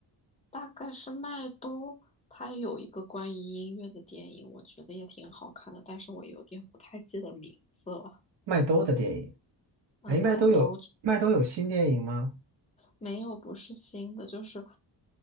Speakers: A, on the left; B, on the right.
A: 大概是麦兜，它有一个关于音乐的电影，我觉得也挺好看的，但是我有点不太记得名字了。
B: 麦兜的电影，
A: 嗯，
B: 哎，
A: 麦兜
B: 麦兜有麦兜有新电影吗？
A: 没有不是新的，就是